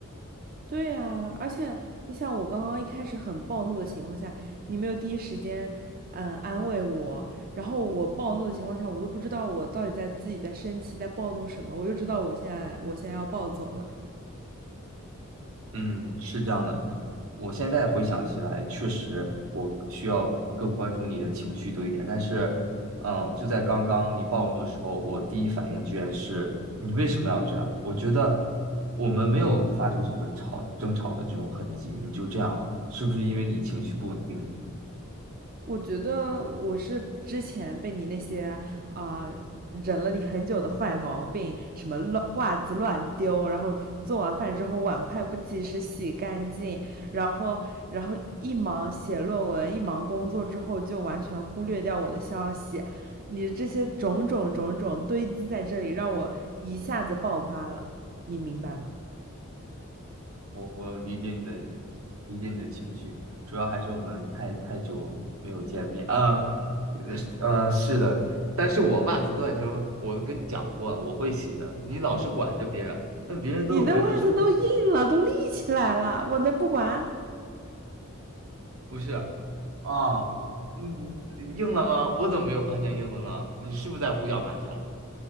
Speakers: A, on the right (about 45°); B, on the right (about 75°).
A: 对呀，而且你想，我刚刚一开始很暴怒的情况下，你没有第一时间，嗯、安慰我，然后我暴怒的情况下，我都不知道我到底在自己在生气，在暴怒什么，我就知道我现在我现在要暴走了，
B: 嗯，是这样的。我现在回想起来，确实我需要更关注你的情绪多一点。但是，嗯，就在刚刚你暴怒的时候，我第一反应居然是你为什么要这样？我觉得我们没有发生什么吵争吵的这种痕迹，你就这样了，是不是因为你情绪不稳定？
A: 我觉得我是之前被你那些啊、呃忍了你很久的坏毛病，什么乱袜子乱丢，然后做完饭之后碗筷不及时洗干净，然后然后一忙写论文，一忙工作之后就完全忽略掉我的消息，你这些种种种种堆积在这里，让我一下子爆发了，你明白吗？
B: 我我理解你的理解你的情绪，主要还是我们太太久没有见面啊，呃，呃是的，但是我袜子乱扔，我跟你讲过了，我会洗的。你老是管着别人，那别人都有别人的生活，
A: 你的袜子都硬了，都立起来了，我能不管？
B: 不是啊？嗯，嗯硬了吗？我怎么没有发现硬的呢？你是不是在胡搅蛮缠？